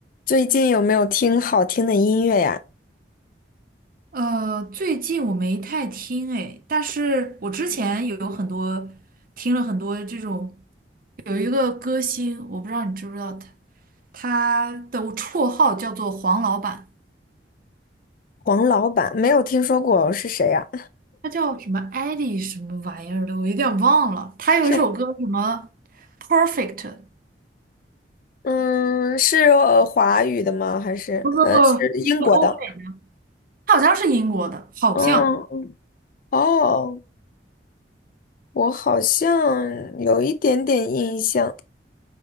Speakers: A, on the left (about 50°); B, on the right (about 50°).
A: 最近有没有听好听的音乐呀？
B: 呃，最近我没太听哎，但是我之前有很多听了很多这种，有一个歌星，我不知道你知不知道他，他的绰号叫做黄老板，
A: 黄老板没有听说过是谁呀？
B: 他叫什么艾丽什么玩意儿的，我有点忘了。他有一首歌什么
A: 是
B: Perfect，
A: 嗯，是呃华语的吗？还是呃是英国的？
B: 不不不，是那个欧美的，他好像是英国的，好像
A: 嗯哦，我好像有一点点印象。